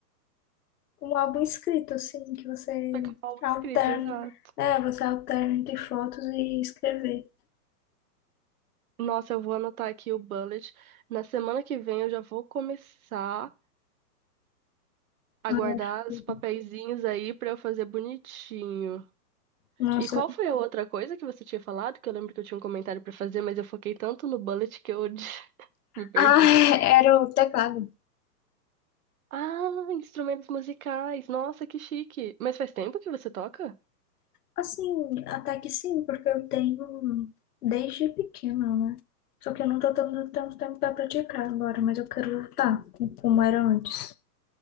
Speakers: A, on the left; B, on the right.
A: um álbum escrito, assim, que você
B: Só que um álbum
A: alterna.
B: é escrito, exato.
A: É, você alterna entre fotos e escrever.
B: Nossa, eu vou anotar aqui o Bullet. Na semana que vem eu já vou começar a
A: Eu
B: guardar
A: acho que-
B: os papeizinhos aí pra eu fazer bonitinho.
A: Nossa,
B: E qual
A: eu-
B: foi a outra coisa que você tinha falado? Que eu lembro que eu tinha um comentário pra fazer, mas eu foquei tanto no Bullet que eu <laughs> me perdi.
A: ah, <laughs> era o teclado.
B: Ah, instrumentos musicais. Nossa, que chique. Mas faz tempo que você toca?
A: Assim, até que sim, porque eu tenho desde pequena, né? Só que eu não tô tendo tanto tempo pra praticar agora, mas eu quero voltar com- como era antes.